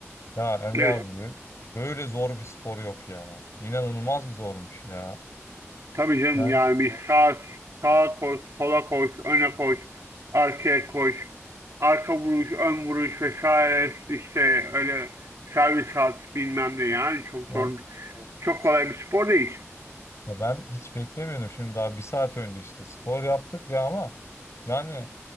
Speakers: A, on the left (about 65°); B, on the right (about 75°).
A: Ya Emre
B: Evet.
A: abi böyle böyle zor bir spor yok ya. İnanılmaz bir zormuş ya.
B: Tabii canım
A: Yani
B: yani bir sağa sağa koş, sola koş, öne koş, arkaya koş, arka vuruş, ön vuruş vesaire işte öyle servis at bilmem ne yani çok
A: o-
B: zor. bir- Çok kolay bir spor değil.
A: ya ben hiç beklemiyordum. Şimdi daha bir saat önce işte spor yaptık ya ama yani